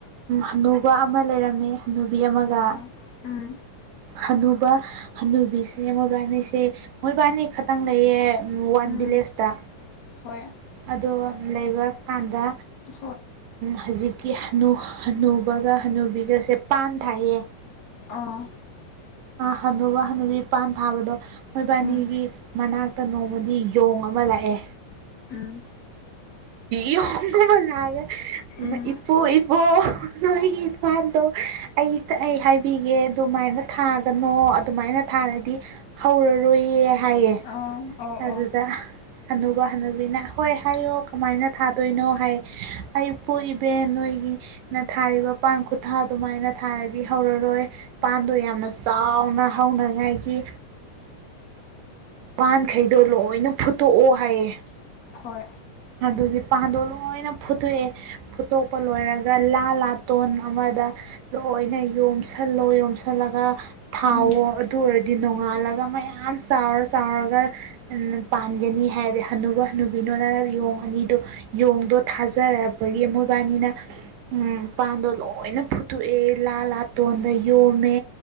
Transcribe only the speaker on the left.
ꯑꯥ ꯎꯝ
ꯎꯝ
ꯍꯣꯏ
ꯍꯣꯏ
ꯑꯥ
ꯎꯝ
ꯎꯝ
ꯎꯝ
ꯑꯥ ꯑꯣ
ꯑꯣ
ꯍꯣꯏ
ꯎꯝ